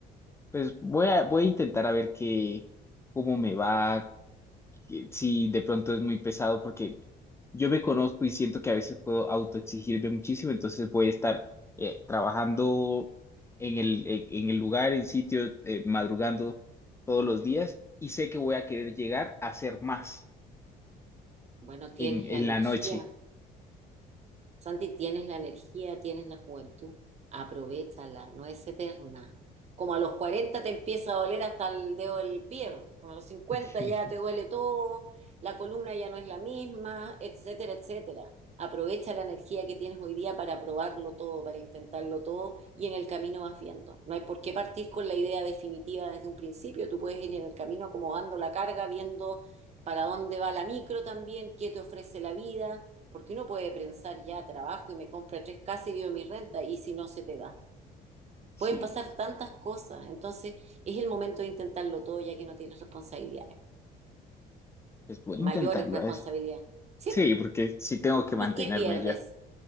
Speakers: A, on the left; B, on the right.
A: pues voy a, voy a intentar a ver qué, cómo me va, si de pronto es muy pesado porque yo me conozco y siento que a veces puedo autoexigirme muchísimo, entonces voy a estar eh, trabajando en el, en en el lugar, en sitio, eh, madrugando todos los días y sé que voy a querer llegar a hacer más
B: bueno, tienes
A: en, en
B: la energía.
A: la noche.
B: Santi, tienes la energía, tienes la juventud, aprovéchala, no es eterna. Como a los 40 te empieza a doler hasta el dedo del pie, como a los 50
A: <laughs>
B: ya te duele todo, la columna ya no es la misma, etcétera, etcétera. Aprovecha la energía que tienes hoy día para probarlo todo, para intentarlo todo y en el camino vas viendo. No hay por qué partir con la idea definitiva desde un principio, tú puedes ir en el camino acomodando la carga, viendo para dónde va la micro también, qué te ofrece la vida porque uno puede pensar, ya trabajo y me compra tres casas y vivo mi renta, y si no se te da.
A: Sí,
B: Pueden pasar tantas cosas, entonces es el momento de intentarlo todo ya que no tienes responsabilidades,
A: pues voy a
B: mayores
A: intentarlo,
B: responsabilidades.
A: a ver.
B: ¿Sí?
A: Sí, porque sí tengo que mantenerme
B: ¿Y qué pierdes?
A: yo.